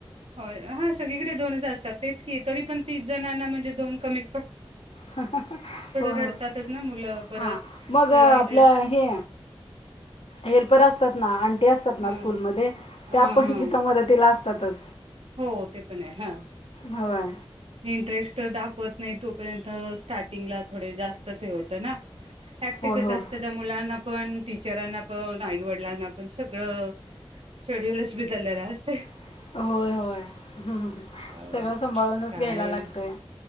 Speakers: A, on the right; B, on the left.
A: होय हा सगळीकडे दोनच असतात...... तेच की तरी पण तीस जणांना म्हणजे दोन कमी....
B: ह ह हा हो हो
A: रडतातच ना मुलं परत
B: हा मग
A: वेगळा
B: आपल्या
A: इंटरेस्ट
B: हे हेल्पर असतात ना अंटी असतात ना
A: हा
B: स्कूल मध्ये
A: ह
B: त्या पण
A: हा
B: तिथ मदतीला अस...... ततच
A: हो ते पण आहे हं
B: होय
A: इंटरेस्ट दाखवत..... नाय तोपर्यंत स्टार्टिंगला थोडे जास्तच हे होतं ना हेकटिकच
B: होय होय
A: असत त्या मुलांना पण टीचरांना पण आईवडिलांना पण सगळं शेड्यूलच बिदरलेलंच असतय.
B: <inaudible> होय होय हम् हम् हम्
A: हो
B: सगळं
A: ना
B: सांभाळूनच
A: काय
B: घ्यायला लागतय....